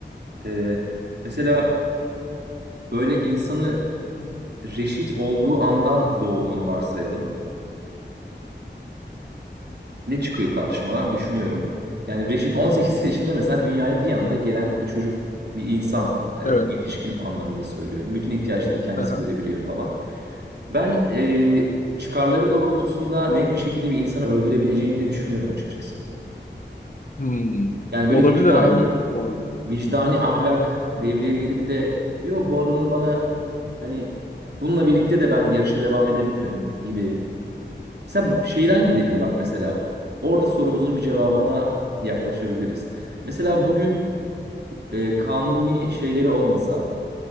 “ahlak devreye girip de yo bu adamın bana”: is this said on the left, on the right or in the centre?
Right